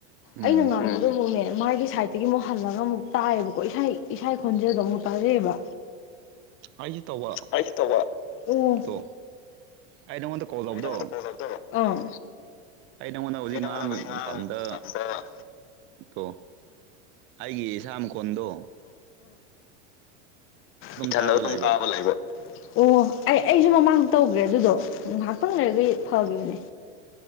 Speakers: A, on the right (about 40°); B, on the left (about 40°).
A: ꯎꯝ
B: ꯑꯩꯅ ꯉ ꯑꯗꯨ ꯑꯃꯨꯛꯅꯦ ꯃꯥꯒꯤ ꯁꯥꯏꯠꯇꯒꯤ ꯑꯃꯨꯛ ꯍꯜꯂꯒ ꯑꯃꯨꯛ ꯇꯥꯏꯌꯦꯕꯀꯣ ꯏꯁ ꯏꯁꯥꯏ ꯈꯣꯟꯖꯦꯜꯗꯣ ꯑꯃꯨꯛ ꯇꯥꯖꯩꯑꯕ
A: ꯑꯩꯁꯦ ꯇꯧꯕ
B: ꯑꯩꯁꯨ ꯇꯧꯕ ꯑꯣ
A: ꯇꯣ ꯑꯩ ꯅꯉꯣꯟꯗ ꯀꯣꯜ ꯇꯧꯕꯗꯣ
B: ꯑꯩ ꯅꯉꯣꯟꯗ ꯀꯣꯜ ꯇꯧꯕꯗꯣ ꯑꯥ
A: ꯑꯩ ꯅꯪꯉꯣꯟꯗ ꯍꯧꯖꯤꯛ
B: ꯅꯉꯣꯟꯗ
A: ꯉꯔꯥꯡ
B: ꯉꯥꯡꯕ
A: ꯃꯇꯝꯗ
B: ꯃꯇꯝꯗꯣ
A: ꯇꯣ ꯑꯩꯒꯤ ꯏꯁꯥꯝ ꯀꯣꯟꯗꯣ
B: ꯏ ꯊꯥꯟꯗ
A: ꯇꯥꯕ
B: ꯇꯝ
A: ꯂꯩꯕ
B: ꯀꯥꯕ ꯂꯕ ꯑꯣ ꯑꯩ ꯑꯩꯁꯨ ꯃꯃꯥꯡꯗ ꯇꯧꯈ꯭ꯔꯦ ꯑꯗꯨꯗꯣ ꯉꯥꯏꯍꯥꯛꯇꯪ ꯂꯩꯔꯒ ꯐꯒꯤꯈꯤꯕꯅꯦ